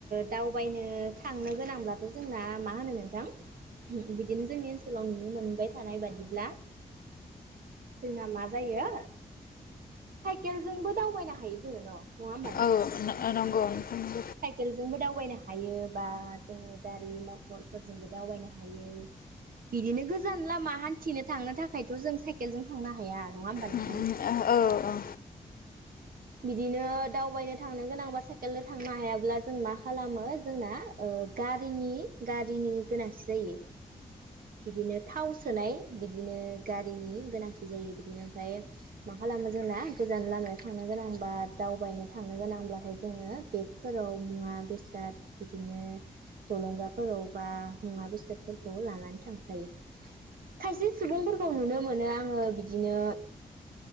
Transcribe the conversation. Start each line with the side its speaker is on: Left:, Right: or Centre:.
Right: दावबायनो थांनो गोनांब्लाथ' जोंना मा होनो नोंथां? बिदिनो जोंनि ओनसोलाव नुनो <unintelligible> थानाय बादिब्ला जोंना मा जायो साइकेलजोंबो दावबायनो हायो जोङो न'। नङा होमबा नोंथां?
Left: औ <inaudible>
Right: साइकेलजोंबो दावबायनो हायो बा जोङो गारि मथरफोरजोंबो दावबायनो हायो। बिदिनो गोजान लामा हान्थिनो थांनो थाखायथ' जों साइकेलजों थांनो हाया नङा होमबा
Left: नंगौ
Right: नोंथां?
Left: औ औ
Right: बिदिनो दावबायनो थांनो गोनांबा साइकेलदो थांनो हायाब्ला जों मा खालामो जोंना ओ गारिनि गारिनि गोनांथि जायो। बिदिनो थाव सोनाय बिदिनो गारिनि गोनांथि जायो बिदिनो ओमफ्राय मा खालामो जोंना गोजान लामायाव थां थांनो गोनांबा दावबायनो थांनो गोनांब्लाथाय जोङो बेगफोराव मुवा बेसाद बिदिनो जलंगाफोराव बा मुवा बेसादफोरखौ लानानै थांफायो। खायसे सुबुंफोरखौ नुनो मोनो आङो बिदिनो